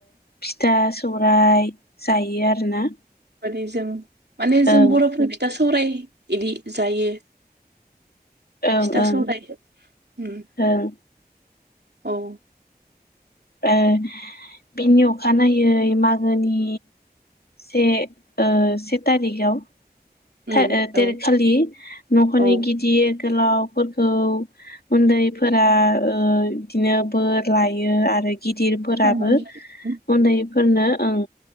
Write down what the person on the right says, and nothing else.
मादि जों माने जों
बर'फोर फिथा स सौराय इदि जायो
फिथा
सौराय उम
औ।
उम
औ
औ
सनमान लायो